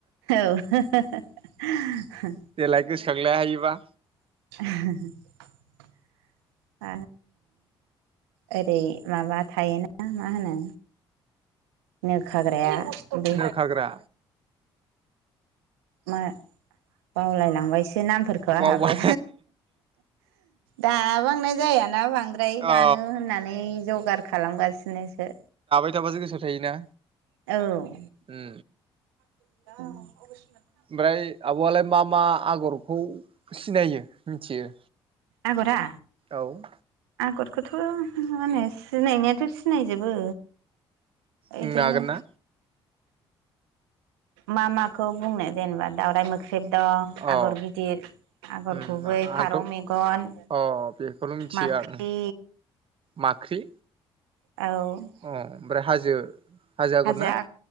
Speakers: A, on the right; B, on the right.
A: औ
B: देलाय गोसोखांलाय सायोबा
A: <inaudible> ओरै माबा थायोना मा होनो नो खाग्राया बे
B: नो खाग्रा
A: मा बावलायलांबाय सो नामफोरखौ
B: बावबाय
A: आंहाबो दा बांनाय जायाना बां बांद्राय दानो
B: औ
A: होननानै जगार खालामगासिनोसो
B: खिथाबाजो गोसआव थायोना
A: औ
B: उम
A: <unintelligible>
B: ओमफ्राय आब'आलाय मा मा आगरखौ सिनायो मिथियो
A: आगरा
B: औ
A: आगरखौथ' मा होनो सिनायनायाथ' सिनायजोबो
B: बुंनो
A: इदिनो
B: हागोन ना
A: मा माखौ बुंनो जेनेबा दावराय मोख्रेब दं
B: अ
A: आगर गिदिर आगर
B: उम
A: गुबै
B: आंथ'
A: फारौ मेगन
B: अ बेखौल' मिथियो
A: माख्रि
B: आं माख्रि
A: औ
B: अ ओमफ्राय हाजो आगर
A: हाजो
B: ना
A: आ